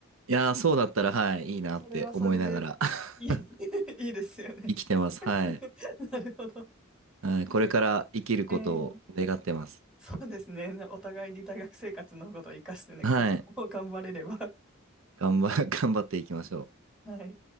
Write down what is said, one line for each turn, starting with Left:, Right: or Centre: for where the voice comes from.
Right: いやー、そうだったら、はい、いいなって思いながら
Centre: それはそれで
Right: <laughs>
Centre: いい、<laughs> いいですよね。
Right: 生きてます。
Centre: <laughs>
Right: はい。
Centre: なるほど。
Right: はい、これから生きることを願ってます。
Centre: ええ <laughs> そうですね。お互いに大学生活のことを生かしてね、
Right: はい。
Centre: 今後頑張れれば。
Right: 頑張、<laughs> 頑張っていきましょう。
Centre: <laughs> はい。